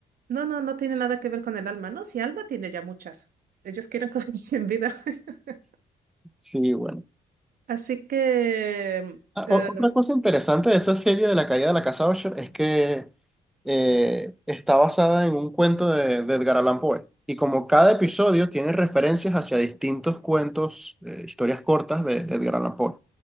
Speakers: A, on the right (about 55°); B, in the centre.
A: No, no, no tiene nada que ver con el alma, ¿no? Si alma tiene ya muchas. Ellos quieren <laughs> cogerse en vida. <laughs>
B: Sí, bueno.
A: Así que...
B: Ah,
A: eh,
B: o- otra cosa interesante de esa serie de la caída de la casa Usher es que eh, está basada en un cuento de, de Edgar Allan Poe. Y como cada episodio tiene referencias hacia distintos cuentos, eh, historias cortas de, de Edgar Allan Poe.